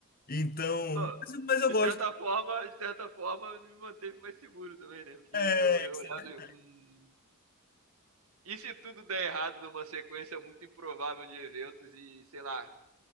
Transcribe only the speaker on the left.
Então,
mas, eu mas eu
gosto.
É,
isso
é verdade.